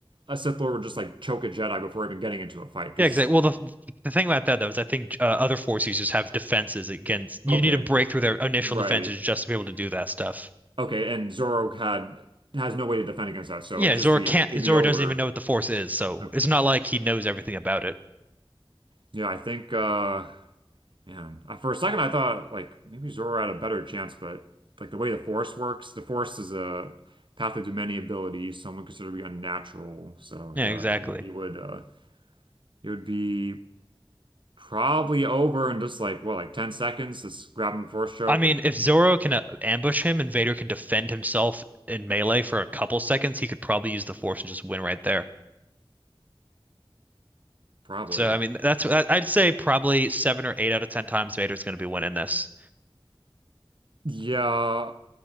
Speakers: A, on the right; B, on the right.
A: a Sith Lord would just like choke a Jedi before even getting into a fight because
B: Yeah, exactly. Well, the the thing about that though is I think uh, other Force users have defenses against. You
A: okay,
B: need to break through their initial
A: right.
B: defenses just to be able to do that stuff.
A: Okay, and Zorro had has no way to defend against that, so
B: Yeah,
A: it'd just
B: Zoro
A: be
B: can't.
A: it'd
B: Zoro
A: be over.
B: doesn't even know what the Force is, so
A: Okay.
B: it's not like he knows everything about it.
A: Yeah, I think uh man, I, for a second I thought like maybe Zoro had a better chance, but like the way the Force works, the Force is a path of many abilities, someone considered to be unnatural. So
B: Yeah,
A: yeah,
B: exactly.
A: he, he would uh he would be probably over in just like what, like 10 seconds, just grabbing the Force choke
B: I mean,
A: and
B: if Zoro can uh, ambush him and Vader can defend himself in melee for a couple seconds, he could probably use the Force and just win right there.
A: probably.
B: So, I mean, that's I- I'd say probably seven or eight out of ten times Vader's going to be winning this.
A: Yeah,